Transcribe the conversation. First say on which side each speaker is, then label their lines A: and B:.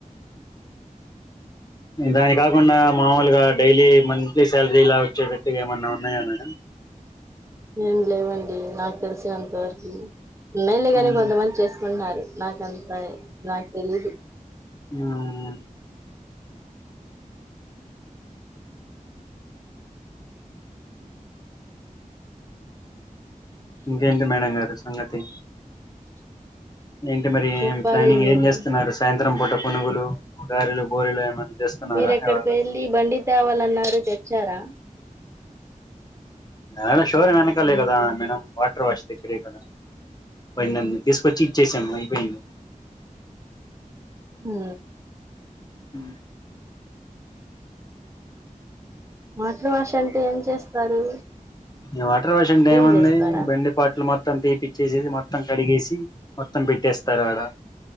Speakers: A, on the left (about 30°); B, on the right (about 20°).
A: దాని కాకుండా మామూలుగా డైలీ మంత్లీ శాలరీ ఇలా వచ్చేటట్టు ఏమన్నా ఉన్నాయా మేడం
B: ఏం లేవండి నాకు తెలిసినంత వరకు అమ్మాయిలే కాని
A: ఉమ్
B: కొంతమంది చేసుకుంటునారు నాకంతా నాకు తెలీదు
A: హ్మ్ ఇంకేంటి మేడం గారు సంగతి ఏంటి మరి
B: చెప్పాలి
A: ప్లానింగ్
B: మీరే
A: ఏం చేస్తున్నారు సాయంత్రం పూట పునుగులు గారలు బూరెలు ఏమన్నా చేస్తున్నారా
B: మీరు ఎక్కడికొ
A: ఇవాళ
B: వెళ్ళి బండి తేవాలన్నారు తెచ్చారా
A: అ షూర్ వెనకాలే కదా మేడం వాటర్ వాష్ దగ్గరే కదా పోయినన్ని తీసుకొచ్చి ఇచ్చసాము అయిపోయింది
B: హు
A: అ
B: మోటర్ వాష్ అంటే ఏం చేస్తారు
A: ఎం మోటార్ వాష్ అంటే
B: క్లీన్
A: ఎం ఉంది
B: చేస్తారా
A: బండిపాట్లు మొ త్తం తీపిచ్చేసి మొత్తం కడిగేసి మొత్తం పెట్టేస్తారు ఆడ